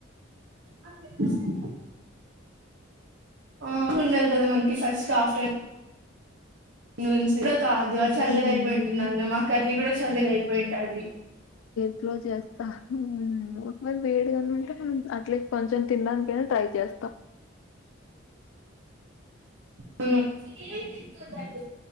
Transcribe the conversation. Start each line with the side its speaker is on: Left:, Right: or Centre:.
Right: <inaudible> ఆ ఉండాలి కదా మనకి ఫస్ట్ ఆఫ్టర్నూన్ నూన్స్ కాదు ఆ చల్లగా
Left: హ్మ్.
Right: అయిపోయింటుంది అన్నం మా కర్రీ కూడా చల్లగా అయిపోయింటది
Left: అట్లో చేస్తా ఒకవేళ వేడిగాను ఉంటే మనం అట్లే కొంచెం తినడానికైనా ట్రై చేస్తాం <inaudible>
Right: అవును <inaudible>